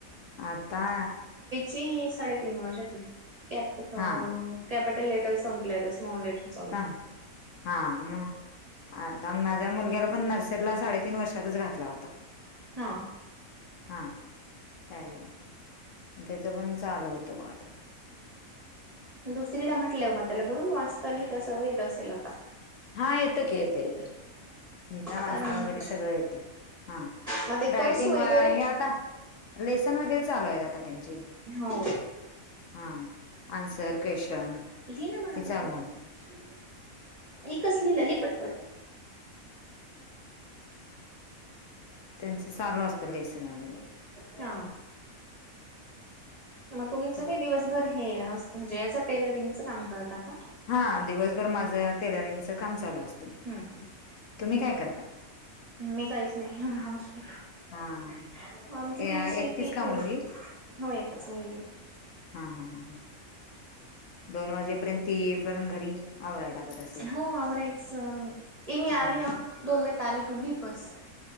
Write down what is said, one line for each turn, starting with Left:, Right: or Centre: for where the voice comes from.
Left: आता
Right: तीही साडेतीन वर्षाची कॅपी हो
Left: हा
Right: हो कॅपिटल लेटर संपलं आता स्मॉल लेटर. चालू
Left: हं, हा मग आता माझ्या मुलग्याला पण नर्स रीला साडेतीन वर्षातच घातला होता.
Right: हा
Left: हा त्यावेळेला त्याच पण चालू होत बगा ते.
Right: दुसरीला म्हटल्याव मग त्याला बरोबर वाचता लिहिता सर्व येत असेल आता.
Left: हा येतं की. येतं येतं. लिहिता वाचता
Right: कारण
Left: वगैरे सगळं येत हा
Right: मग ते
Left: रायटिंग
Right: करसू वगैरे
Left: हे आता लेसन वगैरे चालू आहेत आता त्यांचे.
Right: हो
Left: हा, अन्सर क्वेशन
Right: लिही ना बाळा
Left: हे चालू
Right: पटपट
Left: आहे
Right: लिही. एकच लिहलं लिही पटपट.
Left: त्यांचं चालू असतं लेसन वगैरे
Right: हा मग तुमचं
Left: ह
Right: काय दिवसभर हे म्हणजे अस टेलरिंगच काम करता का?
Left: हा दिवसभर माझं टेलरिंगच काम चालू असतं.
Right: हम्म हम्म.
Left: तुम्ही काय कर
Right: मी काहीच नाही. हाऊस वाइफ.
Left: हां,
Right: आमची
Left: ए
Right: काही शेती
Left: एकटीच
Right: हे
Left: का
Right: थोडी
Left: मुलगी?
Right: हो एकच मुलगी.
Left: हा हां ह ह दोन वाजेपर्यंत ती येईपर्यंत घरी आवरायला लागत असल.
Right: हो आवरायचं. ए मी आली
Left: हां, हां.
Right: आ दोन मिनिट आली तु लिहित बस.